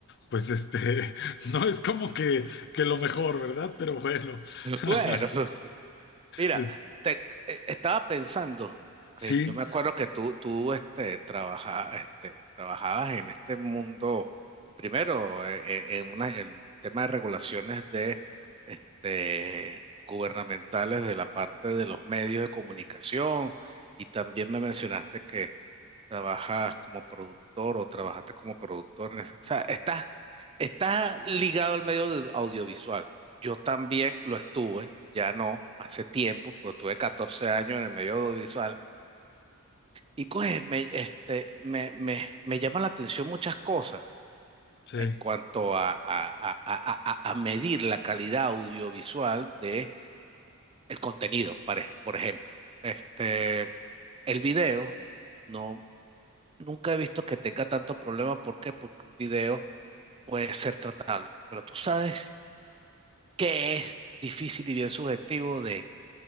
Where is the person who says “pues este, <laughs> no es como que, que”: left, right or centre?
Left